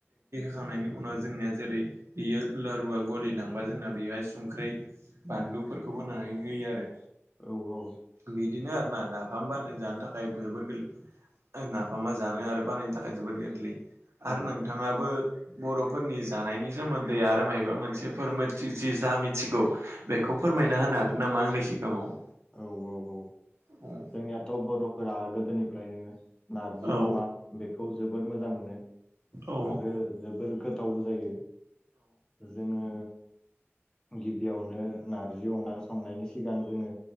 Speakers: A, on the right (about 70°); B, on the left (about 15°).
A: खांनायनि उनाव जोंनिया जेरै बेयो लारुवा गलि लांबा जोंना बेहाय संख्रि बानलु फोरखौ होनानै होयो आरो।
B: औ औ।
A: बिदिनो आरो ना नाफाम बानाय जानो थाखाय जोबोर गोरलै नाफामा जानो आरो बानायनो थाख खाय जोबोद गोरलै
B: औ
A: आरो नोंथाङाबो बर'फोरनि जानायनि सोमोन्दै आरो मायबा मोनसे फोर नोनथि जि जा मिथिगौ बेखौ फोरमायना होनो हागोन नामा आंनि सिगाङाव।
B: औ औ औ।
A: औ।
B: जोंनियाथ' बर'फोरा गोदोनिफ्रायनो नारजि
A: औ
B: अमा बेखौ जोबोर मोजां मोनो।
A: औ
B: आरो जोबोर गोथावबो जायो। जोङो गिबियावनो नारजि अमा संनायनि सिगां जोङो